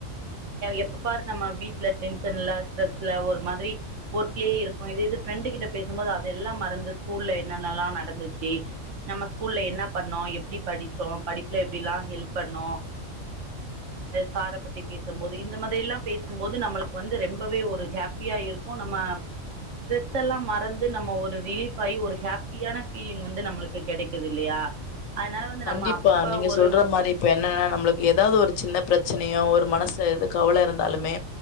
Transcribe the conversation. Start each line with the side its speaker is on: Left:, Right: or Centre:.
Right: எப்ப பாரு நம்ம வீட்டுல டென்ஷன்ல ஸ்ட்ரெஸ்ல ஒரு மாரி ஒர்க்லயே இருப்போம் இதே இது ஃப்ரெண்டு கிட்ட பேசும்போது அதெல்லாம் மறந்து ஸ்கூல்ல என்ன நல்லா ந்துச்சி நம்ப ஸ்கூல்ல என்ன பணனோம் எப்டி படிச்சோம் படிப்புல எப்டிலாம் ஹெல்ப் போனோம் சார பத்தி பேசும்பது இந்த மாராலாம் பேசும்பது நம்மளுக்கு வந்து ரொம்பவே ஒரு ஹாப்பியா இருக்கும் நம்ம எல்லா மறந்து நம்ம ஸ்ட்ரெஸ் எல்லாம் மறந்து ஒரு ரிலீப் ஆகி ஒரு ஹப்பியான <unintelligible> லிங் வந்து நம்மளுக்கு கிடைக்குது இல்லையா அதனால வந்து
Left: கண்டிப்பா
Right: நம்ம அப்பப்ப
Left: நீங்க
Right: ஒரு
Left: சொல்ற
Right: ஆமா
Left: மாதிரி இப்ப என்னன்னா நம்மளுக்கு ஏதாவது ஒரு சின்ன பிரச்சனையோ ஒரு மனசு தூ கவலை இருந்தா இருந்தாலுமே